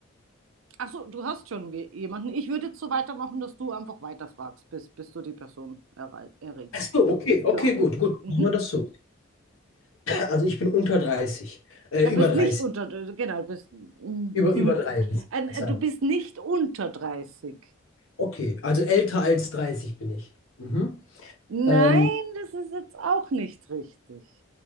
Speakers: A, on the right (about 70°); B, on the left (about 75°).
A: Ach so, du hast schon we- jemanden. Ich würde jetzt so weitermachen, dass du einfach weiterfragst, bis, bis du die Person errei- errätst.
B: Ach so, okay, okay,
A: Ja.
B: gut, gut.
A: Mhm.
B: Machen wir das so. Also ich bin unter 30. Äh,
A: Du
B: über
A: bist
B: 30.
A: nicht unter, genau, du bist, mm,
B: Über,
A: mm.
B: über 30.
A: Ein-
B: Verzeihung.
A: ein- du bist nicht unter dreißig
B: Okay, also älter als 30 bin ich. Mhm.
A: Nein,
B: Ähm,
A: das ist jetzt auch nicht richtig.